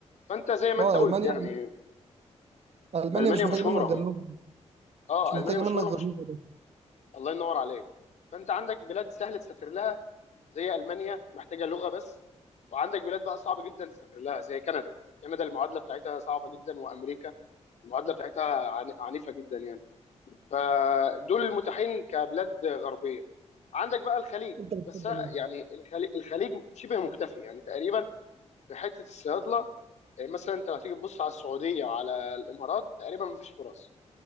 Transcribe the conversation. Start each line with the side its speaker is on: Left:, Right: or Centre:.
Left: فانت زي ما
Right: اه
Left: انت قلت
Right: المانيا
Left: يعني
Right: المانيا
Left: المانيا
Right: مش محتاجه
Left: مشهوره
Right: منك غير لغه
Left: اه
Right: مش محتاجه
Left: المانيا مشهوره
Right: منك غير لغه بس
Left: الله ينور عليك فانت عندك بلاد سهل تسافر لها زي المانيا محتاجه لغه بس وعندك بلاد بقى صعب جدا تسافر لها زي كندا كندا المعادله بتاعتها صعبه جدا وامريكا المعادله بتاعتها عن- عنيفه جدا يعني فدول المتاحين كبلاد غربيه عندك بقى الخليج
Right: انت بتفضل
Left: بس يعني
Right: إيه؟
Left: الخليج, الخليج شبه مكتفي يعني تقريبا في حته الصيادله مثلا انت لو هتيجي تبص على السعوديه وعلى الامارات تقريبا مفيش فرص